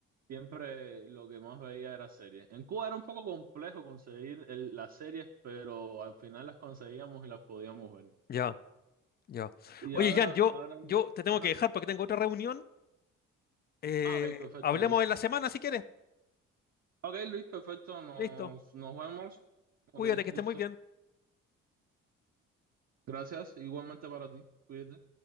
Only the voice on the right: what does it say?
siempre lo que más veía era series. En Cuba era un poco complejo conseguir el- las series, pero al final las conseguíamos y las podíamos ver.
Y
ahora,
ahora,
ajá.
Ah, ok, perfecto,
Luis.
Ok, Luis, perfecto. Nos,
nos vemos.
Ok,
listo.
Gracias. Igualmente para ti. Cuídate.